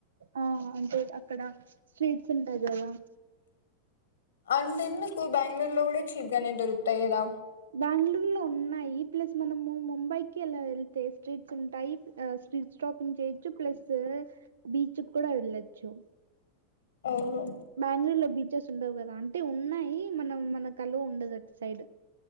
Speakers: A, on the right; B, on the left.
A: ఆ అంటే అక్కడ స్ట్రీట్స్ ఉంటాయి కదా
B: అంతెందుకు బ్యాంగ్ళూరు లో కూడా చీప్ గానే దొరుకుతాయి కదా
A: బ్యాంగ్ళూరు లో ఉన్నాయి ఈ ప్లస్ లో మనము ముంబైకి అలా వెళ్తే స్ట్రీట్స్ ఉంటాయి స్టీట్ స్టాపింగ్ చేయొచ్చు ప్లస్ బీచ్ కు కూడా వెళ్ళొచ్చు
B: ఓహో
A: బ్యాంగ్ళూరులో బీచెస్ ఉండవు కదా ఆంటీ ఉన్నాయి మనం మన కల్ల ఉండదు అటు సైడ్